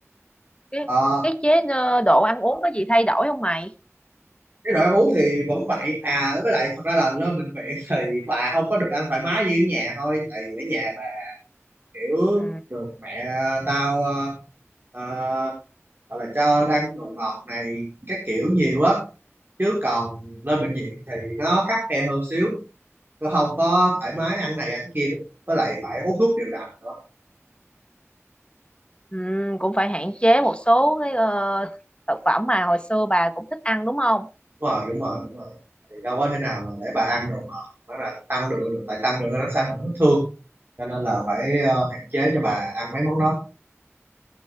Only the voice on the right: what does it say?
Ờ,
cái đồ ăn uống thì vẫn vậy à với lại thật ra là lên bệnh viện <laughs> thì bà không có được ăn thoải mái như ở nhà thôi tại vì ở nhà bà kiểu
được mẹ tao ờ, ờ, gọi là cho ăn đồ ngọt này các kiểu nhiều á chứ còn lên bệnh viện thì nó khắt khe hơn xíu nó không có thoải mái ăn này ăn kia được với lại phải uống thuốc đều đặn nữa
Ờ, đúng rồi đúng rồi đúng rồi thì đâu có thể nào mà để bà ăn đồ ngọt nó là tăng đường được tại tăng đường nó sẽ ảnh hưởng vết thương cho nên là phải ờ, hạn chế cho bà ăn mấy món đó